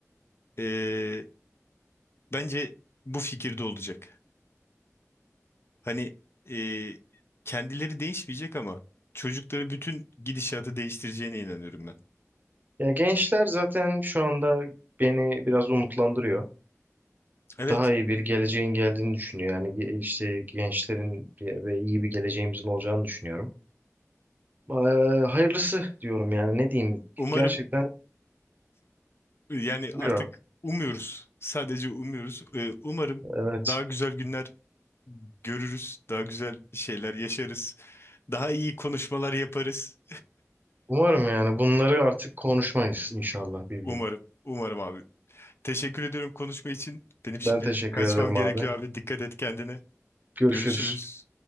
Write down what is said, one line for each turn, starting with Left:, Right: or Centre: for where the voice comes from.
Left: ee, bence bu fikirde olacak. Hani ee, kendileri değişmeyecek ama çocukları bütün gidişatı değiştireceğine inanıyorum ben.
Right: Ya gençler zaten şu anda beni biraz umutlandırıyor.
Left: Evet.
Right: Daha iyi bir geleceğin geldiğini düşünüyor. Yani ge- işte gençlerin bir- ve iyi bir geleceğimizin olacağını düşünüyorum. Ee, hayırlısı diyorum yani ne diyeyim.
Left: Umarım
Right: Gerçekten
Left: yani
Right: buyur
Left: artık
Right: abi.
Left: umuyoruz. Sadece umuyoruz. Ee, umarım
Right: Evet.
Left: daha güzel günler görürüz. Daha güzel şeyler yaşarız. Daha iyi konuşmalar yaparız.
Right: Umarım yani bunları artık konuşmayız inşallah bir
Left: Umarım.
Right: gün.
Left: Umarım abi. Teşekkür ediyorum konuşma için. Benim şimdi
Right: Ben teşekkür
Left: kaçmam
Right: ederim
Left: gerekiyor
Right: abi.
Left: abi. Dikkat et kendine.
Right: Görüşürüz.
Left: Görüşürüz.